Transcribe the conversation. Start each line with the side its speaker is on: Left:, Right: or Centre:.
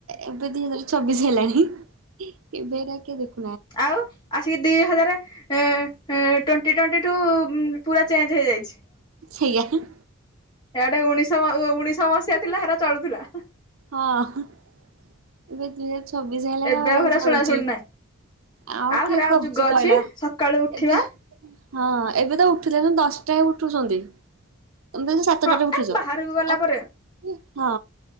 Right: ଏବେ ଦି ହଜାର ଛବିଶ ହେଲାଣି ହି ହି ଏବେ ଏରା କିଏ ଦେଖୁ
Left: ଆଉ ଆସିକି ଦି ହଜାରେ ଏ ଏ ଟ୍ବେଣ୍ଟି ଟ୍ବେଣ୍ଟି ଠୁ ପୁରା ଚେଞ୍ଜ୍ ହେଇଯାଇଛି।
Right: ଛେଇଆ ହୁଁ।
Left: ଏଆଡେ ଉଣେଇଶହ ଉଣେଇଶହ ମସିହା ଥିଲା ସେଡା ଚଳୁଥିଲା।
Right: ହଁ ଏବେ ଦୁଇ ହଜାର ଛବିଶ ହେଲାଣି
Left: ଏବେ
Right: ଆଉ ଏରା
Left: ହେରା
Right: ଚଳୁଚି।
Left: ଶୁଣା ଶୁଣି ନାହିଁ
Right: ଆଉ କିଏ
Left: ହେରା
Right: କରୁଚି
Left: ଯୁଗ
Right: କହିଲ
Left: ଅଛି ସକାଳୁ ଉଠିବା
Right: ଏବେ। ହଁ ଏବେ ତ ଉଠୁଲେ ହିଁ ଦଶଟା ଉଠୁଛନ୍ତି। ତମେ ତାହାଲେ ସାତଟାରେ
Left: ହଁ
Right: ଉଠୁଛ?
Left: ଏ ବାହାରକୁ ଗଲା ପରେ